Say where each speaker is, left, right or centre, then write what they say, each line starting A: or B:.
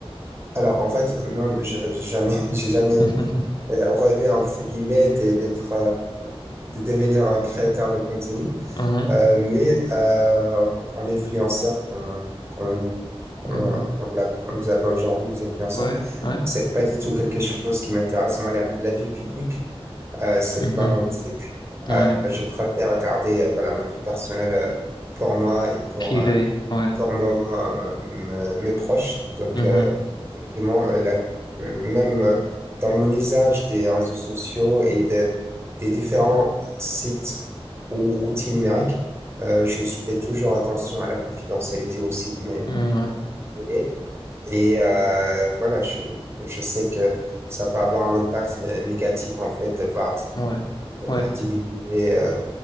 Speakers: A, on the right; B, on the left.
A: Alors, en fait, non, je- j'ai jamais, <laughs> j'ai jamais
B: <laughs>
A: euh, rêvé, entre guillemets, de- d'être, euh, de devenir un créateur de contenu.
B: Mhm,
A: Euh, mais euh, en influenceur, comme, comme, comme
B: mhm.
A: on, l'a- on les appelle aujourd'hui, les influenceurs,
B: Ouais, ouais.
A: c'est pas du tout quelque chose qui m'intéresse. Moi, la, la vie publique, euh, c'est
B: mhm,
A: pas mon truc.
B: Ouais.
A: Euh, je préfère garder euh, voilà, ma vie personnelle euh, pour moi et pour,
B: Privé,
A: euh,
B: ouais.
A: pour mon- mon- me- mes proches. Donc,
B: mhm,
A: euh, effectivement, euh, la- euh, même euh, dans mon usage des réseaux sociaux et de- des différents sites ou outils numériques, euh, je fais toujours attention à la confidentialité aussi de mes
B: mhm, Ouais,
A: données. Et euh, voilà, je, je sais que ça peut avoir un impact euh, négatif, en fait, de voir
B: ouais.
A: de-
B: Ouais,
A: de divulguer euh,